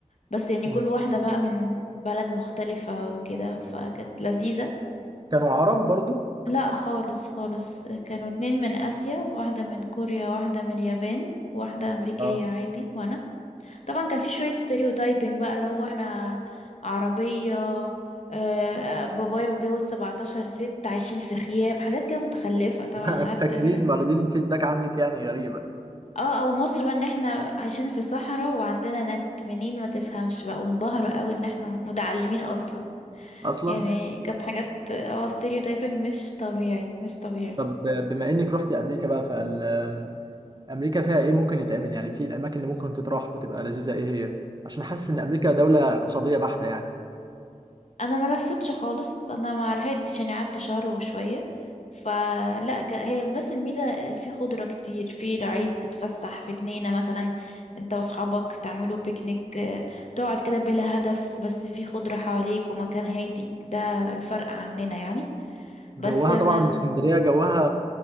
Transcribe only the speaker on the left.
بس يعني
كل واحده بقى من بلد مختلفه وكده فكانت لذيذه
لا خالص خالص كانوا اتنين من اسيا واحده من كوريا واحده من اليابان واحده امريكيه
عادي وانا طبعا كان في شوية ستيريوتايبنج بقى اللي هو احنا عربية آه، بابايا متجوز 17 ست عايشين في خيام حاجات كده متخلفة طبعا
قعدت
في-
اه او مصر بقى ان احنا عايشين في صحراء وعندنا نت منين ما تفهمش بقى وانبهروا قوي ان احنا متعلمين اصلا
يعني كانت حاجات اه ستيريوتايبنج مش طبيعي مش طبيعي
انا ما لفتش خالص انا ما لحقتش يعني قعدت شهر وشويه فلا ك- هي بس الميزه في خضره كتير في لو عايز تتفسح في جنينه مثلا انت واصحابك تعملوا بيكنيك آه، تقعد كده بلا هدف بس في خضره حواليك ومكان هادي ده الفرق عننا يعني
بس ما